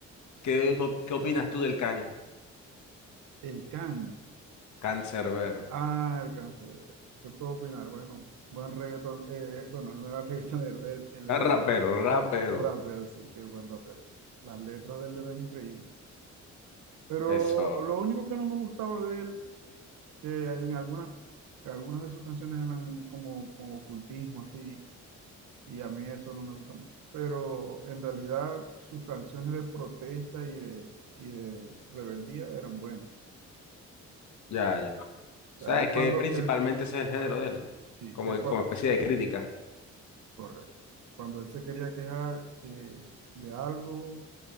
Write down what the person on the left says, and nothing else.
¿qué, op- qué opinas tú del can?
Cancerbero.
Ah, Rapero, rapero.
Eso,
ya, ya. ¿Sabes
que principalmente
ese es el género de él?
Como,
como especie de crítica.